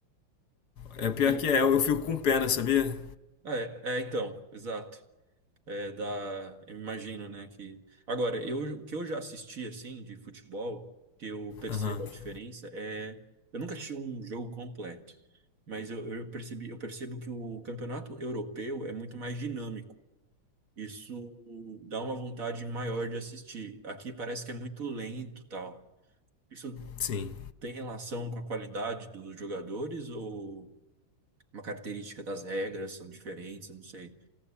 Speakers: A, on the left (about 55°); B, on the right (about 40°).
A: É pior
B: E,
A: que é, eu fico com pena, sabia?
B: ah, é, é, então, exato. é, da, eu imagino, né, que agora eu o que eu já assisti assim de futebol, que eu percebo
A: Aham, uhum,
B: a diferença é, eu nunca assisti um jogo completo, mas eu, eu percebi, eu percebo que o campeonato europeu é muito mais dinâmico. Isso dá uma vontade maior de assistir. Aqui parece que é muito lento, tal. Isso
A: sim.
B: tem relação com a qualidade dos jogadores ou uma característica das regras são diferentes, eu não sei.